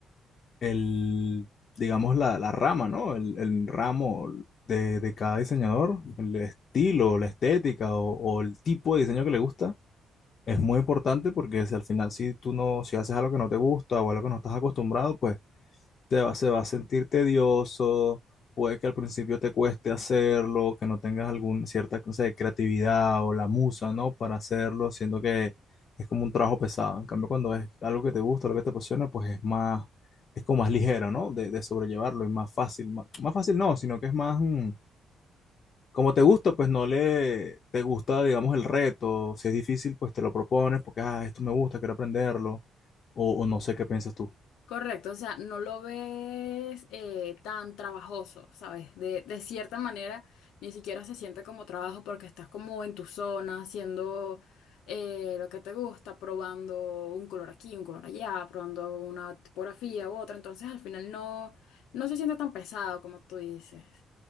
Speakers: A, on the left (about 50°); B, on the left (about 80°).
A: el, digamos, la, la rama, ¿no? El, el ramo de, de cada diseñador, el estilo, la estética o, o el tipo de diseño que le gusta, es muy importante porque si al final, si tú no, si haces algo que no te gusta o algo que no estás acostumbrado, pues te va, se va a sentir tedioso, puede que al principio te cueste hacerlo, que no tengas alguna cierta, no sé, creatividad o la musa, ¿no? Para hacerlo, siendo que es como un trabajo pesado. En cambio, cuando es algo que te gusta, lo que te apasiona, pues es más, es como más ligero, ¿no? De, de sobrellevarlo y más fácil. Más, más fácil no, sino que es más, mm, como te gusta, pues no le, te gusta, digamos, el reto. Si es difícil, pues te lo propones porque, ah, esto me gusta, quiero aprenderlo. O, o no sé qué piensas tú.
B: Correcto, o sea, no lo ves eh, tan trabajoso, ¿sabes? De, de cierta manera, ni siquiera se siente como trabajo porque estás como en tu zona, haciendo eh, lo que te gusta, probando un color aquí, un color allá, probando una tipografía u otra, entonces al final no, no se siente tan pesado como tú dices.